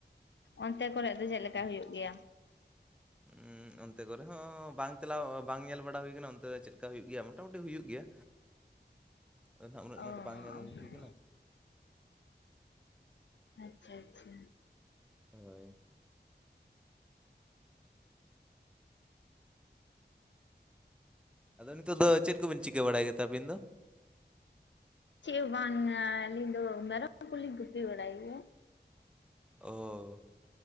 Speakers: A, on the left (about 85°); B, in the centre.
A: ᱚᱱᱛᱮ ᱠᱚᱨᱮ ᱫᱚ ᱪᱮᱜ ᱞᱮᱠᱟ ᱦᱩᱭᱩᱜ ᱜᱮᱭᱟ?
B: ᱩᱸ ᱚᱱᱛᱮ ᱠᱚᱨᱮ ᱦᱚᱸ ᱵᱟᱝ ᱪᱟᱞᱟᱣ ᱵᱟᱝ ᱧᱮᱞ ᱵᱟᱲᱟ ᱦᱩᱭ ᱠᱟᱱᱟ, ᱚᱱᱛᱮ ᱫᱚ ᱪᱮᱫ ᱞᱮᱠᱟ ᱦᱩᱭᱩᱜ ᱜᱮᱭᱟ ᱢᱳᱴᱟᱢᱩᱴᱤ ᱦᱩᱭᱩᱜ ᱜᱮᱭᱟ ᱟᱫᱚ ᱱᱟᱦᱟᱜ ᱩᱱᱟᱹᱜ ᱱᱚᱣᱟ
A: ᱚ ᱟᱪᱪᱷᱟ
B: ᱫᱚ ᱵᱟᱝ ᱧᱮᱞ ᱦᱩᱭ ᱠᱟᱱᱟ᱾
A: ᱟᱪᱪᱷᱟ ᱟᱪᱪᱷᱟ᱾
B: ᱦᱳᱭ᱾ ᱟᱫᱚ ᱱᱤᱛᱚᱜ ᱫᱚ ᱪᱮᱜ ᱠᱚᱵᱤᱱ ᱪᱤᱠᱟᱹ ᱵᱟᱲᱟᱭ ᱜᱮᱛᱮ ᱟᱵᱤᱱ ᱫᱚ?
A: ᱪᱮᱜ ᱦᱚ ᱵᱟᱝ ᱟᱹᱞᱤᱧ ᱫᱚ ᱢᱮᱨᱚᱢ ᱠᱚᱞᱤᱧ ᱜᱩᱯᱤ ᱵᱟᱲᱟᱭ ᱜᱮᱭᱟ᱾
B: ᱚᱻ